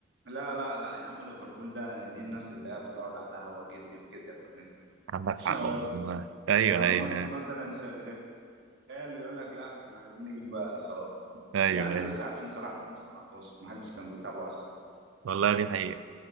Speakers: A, on the right; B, on the right.
A: لا لا لا يا عم ليفربول ده دي الناس اللي هي بتقعد على القهوة جدي وجدك والناس دي
B: عندك
A: <laughs>
B: حق
A: يبقى
B: والله ايوه
A: يبقى
B: ايوه
A: ماتش
B: ايوه
A: مثلا شغال يقول لك لا احنا عايزين نجيب صلاح
B: ايوه,
A: يا جدعان انتوا
B: أيوة.
A: لسه عارفين صلاح 2017 ما حدش كان بيتابعه
B: والله دي حقيقة